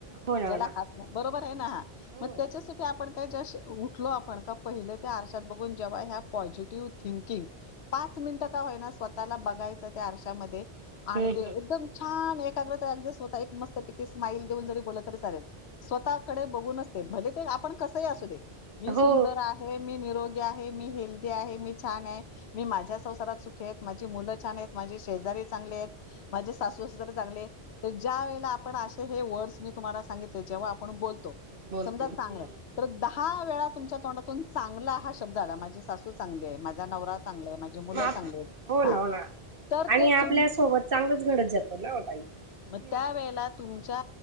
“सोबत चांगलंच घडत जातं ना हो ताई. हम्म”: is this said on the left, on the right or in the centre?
Right